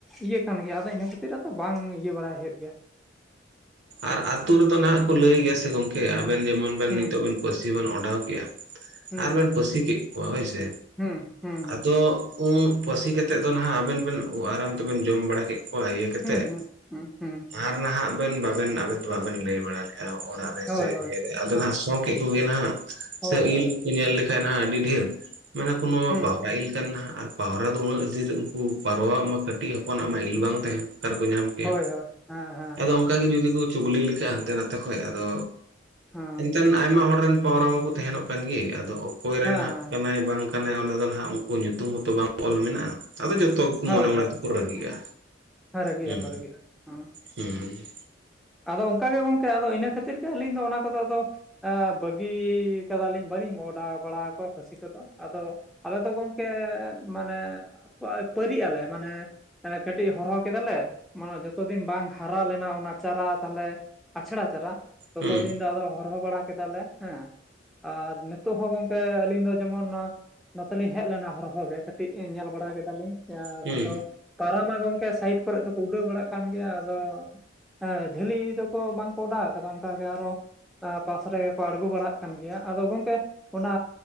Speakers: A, in the centre; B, on the right.
A: ᱤᱭᱟᱹ ᱠᱟᱱ ᱜᱮᱭᱟ ᱟᱫᱚ ᱤᱱᱟᱹ ᱠᱷᱟᱹᱛᱤᱨ ᱟᱫᱚ ᱵᱟᱝ ᱤᱭᱟᱹ ᱵᱟᱲᱟᱭ ᱦᱩᱭᱩᱜ ᱜᱮᱭᱟ ᱾
B: ᱟᱨ ᱟᱛᱩ ᱨᱮᱫᱚ ᱱᱟᱦᱟᱜ ᱠᱚ ᱞᱟᱹᱭ ᱜᱮᱭᱟ ᱥᱮ ᱜᱚᱝᱠᱮ ᱟᱵᱮᱱ ᱡᱮᱢᱚᱱ ᱵᱮᱱ
A: ᱦᱩᱸ
B: ᱱᱤᱛᱳ ᱵᱮᱱ, ᱯᱟᱹᱥᱤ ᱵᱮᱱ ᱚᱰᱟᱣ ᱠᱮᱫᱼᱟ
A: ᱦᱩᱸ
B: ᱟᱨᱵᱮᱱ ᱯᱟᱹᱥᱤ ᱠᱮᱫ ᱠᱚᱣᱟ ᱦᱳᱭ ᱥᱮ,
A: ᱦᱩᱸ ᱦᱩᱸ ᱦᱩᱸ
B: ᱟᱫᱚ ᱩᱱ ᱯᱟᱹᱥᱤ ᱠᱟᱛᱮᱫ ᱫᱚ ᱱᱟᱦᱟᱜ ᱟᱵᱮᱱ ᱵᱮᱱ ᱟᱨᱟᱢ ᱛᱮᱵᱮᱱ ᱡᱚᱢ ᱵᱟᱲᱟ ᱠᱮᱫ ᱠᱚᱣᱟ ᱤᱭᱟᱹ ᱠᱟᱛᱮᱫ
A: ᱦᱩᱸ, ᱦᱮᱸ, ᱦᱩᱸ, ᱦᱮᱸ,
B: ᱟᱨ ᱱᱟᱦᱟᱜ ᱵᱮᱱ ᱵᱟᱵᱮᱱ ᱞᱟᱹᱭ ᱵᱟᱲᱟ ᱞᱮᱫᱼᱟ ᱚᱲᱟᱜ ᱨᱮ
A: ᱦᱳᱭ
B: ᱥᱮ
A: ᱦᱳᱭ
B: ᱤᱭᱟᱹ ᱟᱞᱮ
A: ᱦᱮᱸ
B: ᱱᱟᱦᱟᱜ ᱥᱚᱸᱠᱮᱜ ᱠᱚ ᱜᱮ ᱱᱟᱦᱱᱟᱜ
A: ᱦᱳᱭ
B: ᱥᱮ
A: ᱦᱳᱭ
B: ᱤᱞ ᱠᱚ ᱧᱮᱞ ᱞᱮᱠᱷᱟᱱ ᱦᱟᱜ ᱟᱹᱰᱤ ᱰᱷᱤᱨ ᱢᱮᱱᱟ ᱠᱚ ᱱᱚᱣᱟ ᱢᱟ
A: ᱦᱩᱸ
B: ᱯᱟᱣᱨᱟ ᱤᱞ ᱠᱟᱱᱟ ᱱᱟᱦᱟᱜ ᱟᱨ ᱯᱟᱣᱨᱟ ᱫᱚ ᱩᱱᱟᱹᱜ ᱰᱷᱤᱨ ᱩᱱᱠᱩ ᱯᱟᱨᱣᱟᱜ ᱢᱟ ᱠᱟᱹᱴᱤᱡ ᱦᱚᱯᱚᱱᱟᱜ ᱢᱟ ᱤᱞ ᱵᱟᱝ ᱛᱟᱦᱮᱸ ᱚᱠᱟᱨᱮ ᱠᱚ ᱧᱟᱢ ᱠᱮᱭᱟ
A: ᱦᱳᱭ ᱦᱳᱭ ᱦᱮᱸ ᱦᱮᱸ
B: ᱟᱫᱚ
A: ᱦᱮᱸ
B: ᱚᱱᱠᱟ ᱜᱤ ᱡᱩᱫᱤ ᱠᱩ ᱪᱩᱜᱽᱞᱤ ᱞᱮᱠᱷᱟᱡ ᱦᱟᱱᱛᱮ ᱱᱟᱛᱮ ᱠᱷᱚᱡ ᱟᱫᱚ
A: ᱦᱮᱸ
B: ᱮᱱ ᱟᱭᱢᱟ ᱦᱚᱲ ᱨᱮᱱ ᱯᱟᱣᱨᱟ ᱢᱟᱠᱚ ᱛᱟᱦᱮᱱᱚᱜ ᱠᱟᱱ ᱜᱤ ᱟᱫᱚ ᱚᱠᱚᱭ ᱨᱮᱱ
A: ᱦᱮᱸ
B: ᱦᱟᱸᱜ
A: ᱦᱮᱸ
B: ᱠᱟᱱᱟᱭ ᱵᱟᱝ ᱠᱟᱱᱟᱭ ᱚᱱᱟ ᱫᱚ ᱱᱟᱦᱟᱜ ᱩᱱᱠᱩ ᱧᱩᱛᱩᱢ ᱦᱚᱸᱛᱚ ᱵᱟᱝ ᱚᱞ ᱢᱮᱱᱟᱜᱼᱟ ᱟᱫᱚ ᱡᱚᱛᱚ
A: ᱦᱳᱭ
B: ᱢᱚᱱᱮ ᱢᱚᱱᱮ
A: ᱦᱳᱭ
B: ᱛᱮᱠᱚ ᱨᱟᱹᱜᱤᱜᱼᱟ,
A: ᱦᱮᱸ ᱨᱟᱹᱜᱤᱜ
B: ᱦᱩᱸ
A: ᱟᱠᱚ ᱨᱟᱹᱜᱤᱜ ᱟᱠᱚ ᱦᱳᱸ
B: ᱦᱩᱸ
A: ᱟᱫᱚ ᱚᱱᱠᱟ ᱜᱮ ᱜᱚᱝᱠᱮ ᱟᱫᱚ ᱤᱱᱟᱹ ᱠᱷᱟᱹᱛᱤᱨ ᱜᱮ ᱟᱹᱞᱤᱧ ᱫᱚ ᱚᱱᱟ ᱠᱚᱫᱚ ᱟᱫᱚ ᱟ, ᱵᱟᱹᱜᱤ ᱠᱟᱫᱟᱞᱤᱧ ᱵᱟᱹᱞᱤᱧ ᱚᱰᱟ ᱵᱟᱲᱟᱣᱟ ᱠᱚᱣᱟ ᱯᱷᱟᱹᱥᱤ ᱠᱚ ᱫᱚ ᱟᱫᱚ ᱟᱞᱮ ᱫᱚ ᱜᱚᱢᱠᱮ ᱢᱟᱱᱮ ᱯᱟᱭ ᱯᱟᱹᱨᱤᱜ ᱟᱞᱮ ᱢᱟᱱᱮ ᱠᱟᱹᱴᱤᱡ ᱦᱚᱨᱦᱚ ᱠᱮᱫᱟᱞᱮ ᱢᱟᱱᱮ ᱡᱚᱛᱚ ᱫᱤᱱ ᱵᱟᱝ ᱦᱟᱨᱟ ᱞᱮᱱᱟ ᱚᱱᱟ ᱪᱟᱨᱟ ᱛᱟᱦᱚᱞᱮ ᱟᱪᱷᱲᱟ ᱪᱟᱨᱟ, ᱛᱚᱛᱚ
B: ᱦᱩᱸ
A: ᱫᱤᱱ ᱫᱚ ᱟᱫᱚ ᱦᱚᱨᱦᱚ ᱵᱟᱲᱟ ᱠᱮᱫᱟ ᱞᱮ ᱦᱮᱸ ᱟᱨ ᱱᱤᱛᱚᱜ ᱦᱚᱸ ᱜᱚᱝᱠᱮ ᱟᱹᱞᱤᱧ ᱫᱚ ᱡᱮᱢᱚᱱ, ᱱᱚᱼᱟ ᱱᱚᱛᱮ ᱞᱤᱧ ᱦᱮᱡ ᱞᱮᱱᱟ ᱦᱚᱨᱦᱚ ᱜᱮ ᱠᱟᱹᱴᱤᱡ ᱧᱮᱞ ᱵᱟᱲᱟ ᱠᱮᱫᱟ ᱞᱤᱧ ᱡᱟ
B: ᱦᱩᱸ
A: ᱟᱫᱚ ᱯᱟᱨᱣᱟ ᱢᱟ ᱜᱚᱝᱠᱮ ᱥᱟᱭᱤᱰ ᱠᱚᱨᱮ ᱫᱚᱠᱚ ᱩᱰᱟᱹᱣ ᱵᱟᱲᱟᱜ ᱠᱟᱱ ᱜᱮᱭᱟ ᱟᱫᱚ ᱦᱟᱸ ᱡᱷᱟᱹᱞᱤ ᱫᱚ ᱠᱚ ᱵᱟᱝ ᱠᱚ ᱚᱰᱟᱣ ᱠᱟᱫᱟ ᱚᱱᱠᱟ ᱜᱮ ᱟᱨᱚ ᱟ ᱯᱟᱥ ᱨᱮ ᱜᱮ ᱠᱚ ᱟᱬᱜᱩ ᱵᱟᱲᱟᱜ ᱠᱟᱱ ᱜᱮᱭᱟ ᱟᱫᱚ ᱜᱚᱝᱠᱮ ᱚᱱᱟ